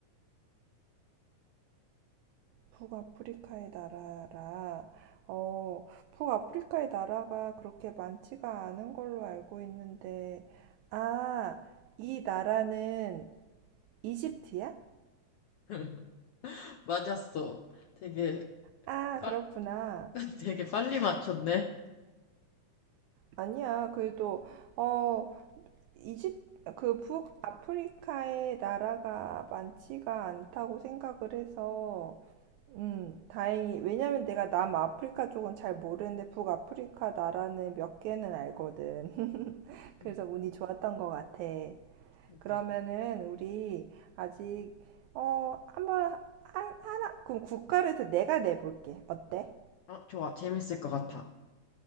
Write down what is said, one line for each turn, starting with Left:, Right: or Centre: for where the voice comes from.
Right: 북아프리카의 나라라. 어, 북아프리카의 나라가 그렇게 많지가 않은 걸로 알고 있는데, 아, 이 나라는 이집트야?
Left: <laughs> 맞았어. 되게,
Right: 아,
Left: 빨,
Right: 그렇구나.
Left: <laughs> 되게 빨리 맞췄네.
Right: 아니야. 그래도 어, 이집 그 북아프리카의 나라가 많지가 않다고 생각을 해서 음, 다행히 왜냐면 내가 남아프리카 쪽은 잘 모르는데 북아프리카 나라는 몇 개는 알거든. <laughs> 그래서
Left: 음,
Right: 운이 좋았던 것 같아.
Left: 그러니까.
Right: 그러면은 우리 아직 어, 한번 한, 하나 그럼 국가를 해서 내가 내볼게. 어때?
Left: 어, 좋아. 재밌을 것 같아.